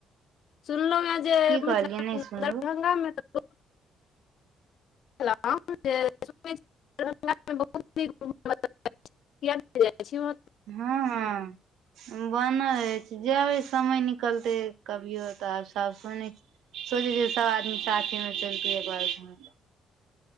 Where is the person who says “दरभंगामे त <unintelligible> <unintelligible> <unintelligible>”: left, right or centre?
Left